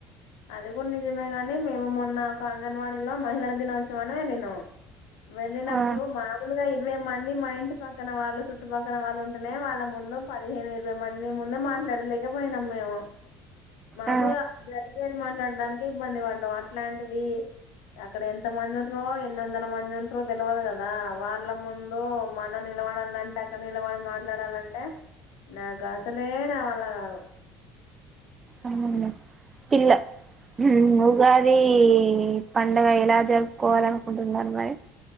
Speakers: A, on the left; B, on the right.
A: అది కూడా నిజమే గాని మేము మొన్న ఒక అంగన్వాడీలో మహిళల దినోత్సవాన్ని వెళ్ళినాం వెళ్ళినప్పుడు
B: ఆ
A: మామూలుగా మేమ్ మని మా ఇంటి పక్కన వాళ్ళు చుట్టుపక్కన వాళ్ళు ఉం స్తనె వాళ్ళ ముందు ప పదిహేను ఇరవై మంది ముందే మాట్లాడలేకపోయినాం మేము మామూలు
B: ఆ
A: ఇది మాట్లాడానికి ఇబ్బంది పడటం అట్లాంటిది అక్కడ ఎంత మందుండ్రో ఎ రెడు వందల మంది ఉంటారు తెలియదు కదా వాళ్ళ ముందు మనం నిలబడాలంటే అక్కడ నిలబడి మాట్లాడాలంటే నాకు అసలే నా వాళ్ల కాదు
B: అవునండి పిల్ల <inaudible> ఉగాది పండగ ఎలా జరుపుకోవాలి అనుకుంటున్నారు మరి